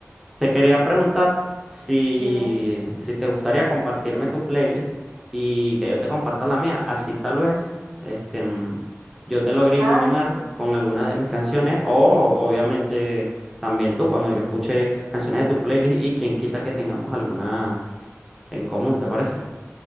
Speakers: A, in the centre; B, on the right (about 70°).
A: Te quería preguntar si,
B: Dime.
A: si te gustaría compartirme tu playlist y que yo te comparta la mía. Así tal vez este, mm, yo te logré
B: Ay,
A: iluminar
B: sí.
A: con algunas de mis canciones o obviamente también tú cuando yo escuché canciones de tu playlist y quien quita que tengamos alguna en común, ¿te parece?